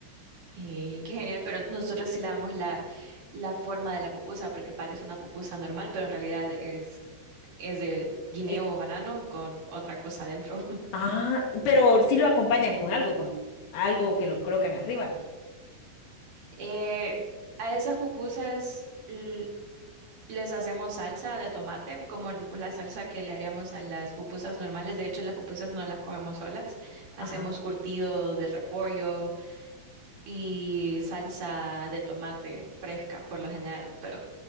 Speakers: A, on the right (about 45°); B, on the left (about 85°).
A: Y qué genial, pero nosotros sí le damos la, la forma de la pupusa, porque parece una pupusa normal, pero en realidad es, es de guineo
B: Es-
A: o banano con otra cosa adentro.
B: ah, pero sí lo acompañan con algo, como algo que lo colocan arriba, ¿no?
A: Eh, a esas pupusas l- les hacemos salsa de tomate, como l- la salsa que le haríamos a las pupusas normales. De hecho, las pupusas no las comemos solas. Hacemos
B: Ajá.
A: curtido de repollo y salsa de tomate fresca, por lo general. Pero